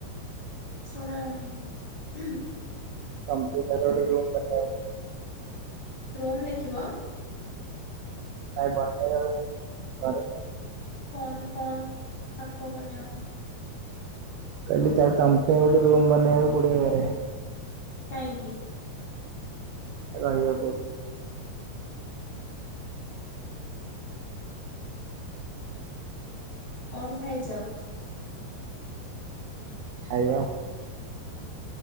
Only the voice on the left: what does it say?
ଶୁଣା ଯାଉନି ହୁଁ?
ରୁମ୍ ଦେଖିବ?
ଫୋନ୍ ଫୋନ୍ ପାଖକୁ ନିଅ।
କାହିଁକି?
କଣ ଖାଇଚ?